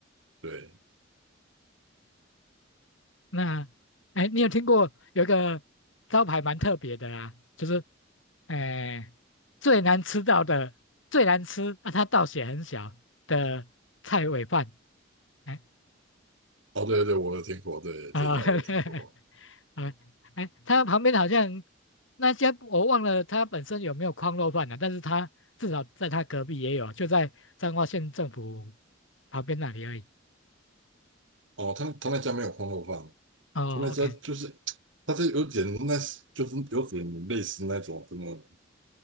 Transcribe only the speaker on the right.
对，
哦对对，我有听过，对这家我有听过。
哦，他他那家没有空肉饭，
他那家就是，他这有点那就是有点类似那种什么，